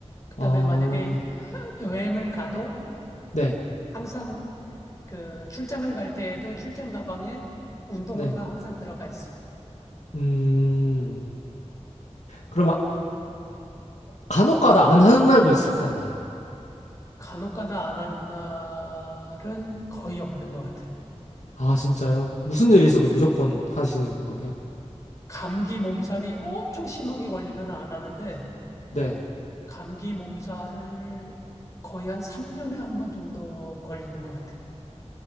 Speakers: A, on the left; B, on the left.
A: 그다음에
B: 아,
A: 만약에 여행을 가도
B: 네.
A: 항상 그 출장을 갈 때에도 출장 가방에 운동화가
B: 네.
A: 항상 들어가 있어.
B: 음, 그럼 아- 간혹가다 안 하는 날도 있을 거 아니에요?
A: 간혹가다 안 하는 날은 거의 없는 것 같아요.
B: 아, 진짜요? 무슨 일이 있어도 무조건 하시는 거예요?
A: 감기 몸살이 엄청 심하게 걸리면 안 하는데,
B: 네.
A: 감기 몸살을 거의 한 3년에 한 번 정도 걸리는 것 같아요.